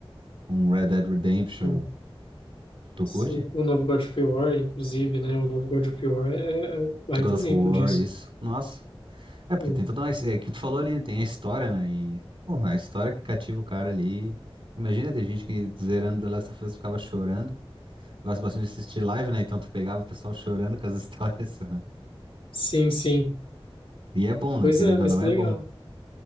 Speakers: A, on the right (about 60°); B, on the left (about 65°).
A: um Red Dead Redemption.
B: uhum.
A: Tu
B: Sim,
A: curte?
B: o novo God of War, inclusive, né? O novo God of War é, é é um baita
A: God
B: exemplo
A: of War,
B: disso.
A: isso. Nossa. É, porque
B: Hum.
A: tem toda uma. É que tu falou ali, tem a história, né? E, pô, a história que cativa o cara ali. Imagina, tem gente que zerando The Last of Us ficava chorando. Gosto bastante de assistir live, né? Então tu pegava o pessoal chorando com as histórias. <laughs>
B: Sim, sim.
A: E é bom, né?
B: Pois
A: Querendo
B: é, mas
A: ou não,
B: que
A: é
B: legal.
A: bom.